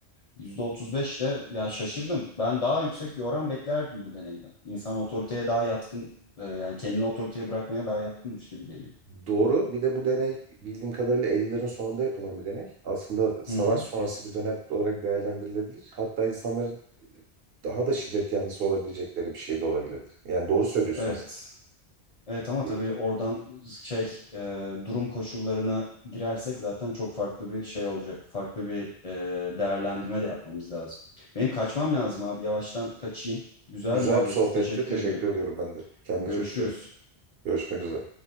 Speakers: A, on the left; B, on the right.
A: yüzde otuz beş de yani şaşırdım. Ben daha yüksek bir oran beklerdim bu deneyden. İnsan otoriteye daha yatkın e, yani kendini otoriteye bırakmaya daha yatkınmış gibi geliyor.
B: Doğru. Bir de bu deney bildiğim kadarıyla 50'lerin sonunda yapılan bir deney. Aslında savaş
A: Hı hı.
B: sonrası bir dönem olarak değerlendirilebilir. Hatta insanların daha da şiddet yanlısı olabilecekleri bir şey de olabilirdi. Yani doğru söylüyorsun
A: Evet.
B: aslında.
A: Evet ama
B: E,
A: tabii oradan şey e, durum koşullarına girersek zaten çok farklı bir şey olacak. Farklı bir e, değerlendirme de yapmamız lazım. Benim kaçmam lazım abi. Yavaştan kaçayım. Güzel
B: Güzel
A: muhabbetti.
B: bir sohbetti.
A: Teşekkür
B: Teşekkür
A: ediyorum.
B: ediyorum ben de. Kendine
A: Görüşürüz.
B: çok dikkat et. Görüşmek üzere.